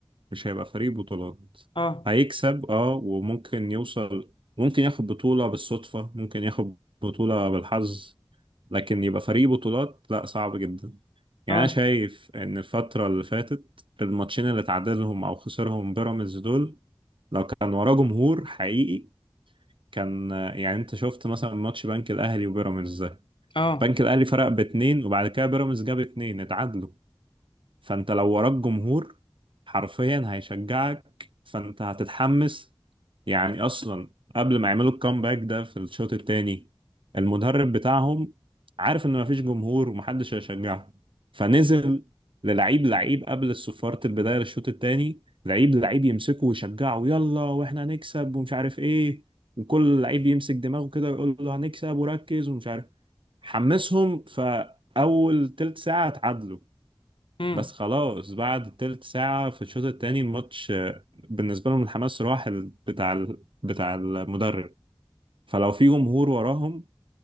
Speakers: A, on the right (about 65°); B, on the left (about 65°).
A: مش هيبقى فريق بطولات
B: آه
A: هيكسب اه وممكن يوصل ممكن ياخد بطولة بالصدفة ممكن ياخد بطولة بالحظ لكن يبقى فريق بطولات لا صعب جدا يعني
B: آه
A: انا شايف ان الفتره اللي فاتت الماتشين اللي تعادلهم او خسرهم بيراميدز دول لو كان وراه جمهور حقيقي كان يعني انت شفت مثلا ماتش بنك الاهلي وبيراميدز ده
B: آه
A: بنك الاهلي فرق باتنين وبعد كده بيراميدز جاب اتنين اتعادلوا فانت لو وراك جمهور حرفيا هيشجعك فانت هتتحمس يعني اصلا قبل ما يعملوا الكامباك ده في الشوط الثاني المدرب بتاعهم عارف ان مفيش جمهور ومحدش هيشجعهم فنزل للعيب لعيب قبل صفارة البداية للشوط الثاني لعيب لعيب يمسكه ويشجعه يلا واحنا هنكسب ومش عارف ايه وكل لعيب يمسك دماغه كده ويقول له هنكسب وركز ومش عارف حمسهم فأول تلت ساعة اتعادلوا
B: امم
A: بس خلاص بعد تلت ساعة في الشوط الثاني الماتش بالنسبة لهم الحماس راح ال- بتاع ال- بتاع المدرب فلو في جمهور وراهم